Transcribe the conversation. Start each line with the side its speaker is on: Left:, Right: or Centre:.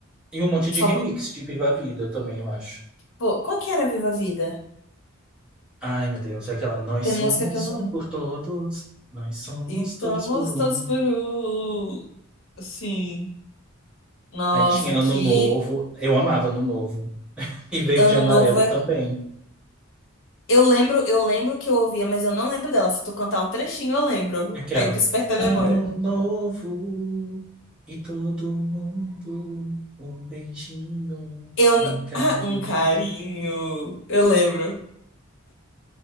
Centre: E um monte
Left: Só
Centre: de remix
Left: por...
Centre: de Viva a Vida também, eu acho.
Left: Pô, qual que era Viva a Vida?
Centre: Ai, meu Deus, é aquela Nós
Left: Tem
Centre: somos
Left: música que eu não
Centre: um
Left: lembro.
Centre: por todos, nós somos
Left: E estamos
Centre: todos por um.
Left: todos por um. Sim. Nossa,
Centre: Aí tinha
Left: que
Centre: Ano Novo, eu amava Ano Novo. E Verde
Left: ano
Centre: e Amarelo
Left: novo é.
Centre: também.
Left: Eu lembro, eu lembro que eu ouvia, mas eu não lembro dela. Se tu cantar um trechinho, eu lembro.
Centre: Aquela.
Left: Aí desperta a
Centre: Ano
Left: memória.
Centre: novo e todo mundo um beijinho,
Left: Eu. n-
Centre: um carinho.
Left: Ah, um carinho. Eu lembro.